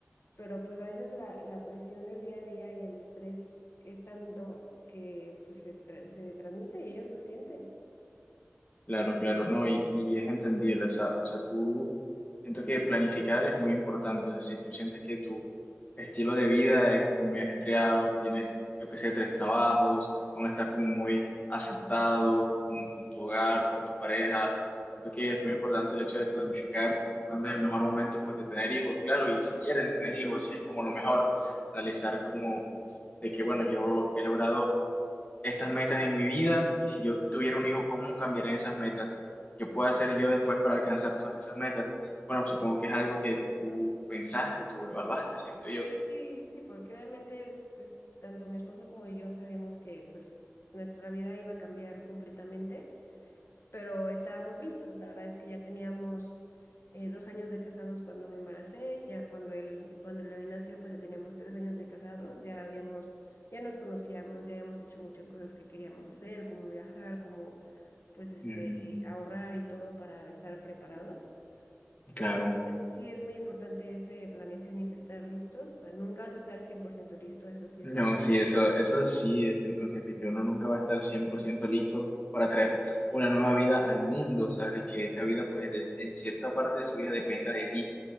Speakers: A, on the left; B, on the left.
A: pero pues a veces la, la presión del día a día y el estrés es tanto que pues se, tra- se transmite y ellos lo sienten.
B: Claro, claro, no, y, y es entendible, o sea, o sea, tú siento que planificar es muy importante, o sea, si tú sientes que tu estilo de vida es como muy ajetreado, que tienes, yo que sé, tres trabajos, aún estás como muy asentado, como con tu hogar, con tu pareja, siento que es muy importante el hecho de planificar cuándo es el mejor momento, pues, de tener hijos, claro, y si quieren tener hijos, si es como lo mejor, analizar como de que, bueno, yo he logrado estas metas en mi vida y si yo tuviera un hijo, cómo cambiarían esas metas, qué
A: Sí,
B: puedo hacer yo después para alcanzar todas esas metas. Bueno, supongo que es algo que tú pensaste, tú evaluaste, siento yo.
A: sí, sí, porque obviamente es, pues tanto mi esposo como yo sabíamos que pues nuestra vida iba a cambiar completamente. pero estábamos listos. La verdad es que ya teníamos eh, dos años de casados cuando me embaracé, ya cuando él, cuando Lore nació, pues ya teníamos tres años de casados, ya habíamos, ya nos conocíamos, ya habíamos hecho muchas cosas que queríamos hacer, como viajar, como pues este,
B: Mm,
A: ahorrar y todo para estar preparados.
B: claro.
A: Entonces sí es muy importante ese planeación y ese estar listos, o sea, nunca vas a estar 100% listo, eso sí
B: No,
A: es algo.
B: sí, eso, eso sí, estoy consciente que uno nunca va a estar 100% listo para traer una nueva vida al mundo, ¿sabes? Y Que esa vida, pues, de- en cierta parte de su vida dependa de ti.